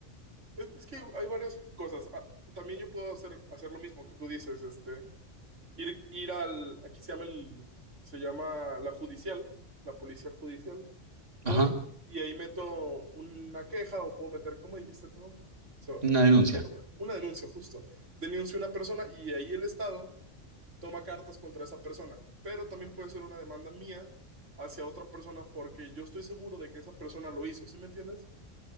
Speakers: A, on the right; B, on the right.
A: Es, es que hay varias cosas. Ah, también yo puedo hacer, hacer lo mismo que tú dices, este, ir, ir al, aquí se llama el, se llama la judicial, la policía judicial. Voy
B: Ajá,
A: y ahí meto una queja o puedo meter, ¿cómo dijiste tú? So,
B: una denuncia.
A: se me fue el nombre. Una denuncia, justo. Denuncio a una persona y ahí el Estado toma cartas contra esa persona, pero también puede ser una demanda mía hacia otra persona porque yo estoy seguro de que esa persona lo hizo, ¿sí me entiendes?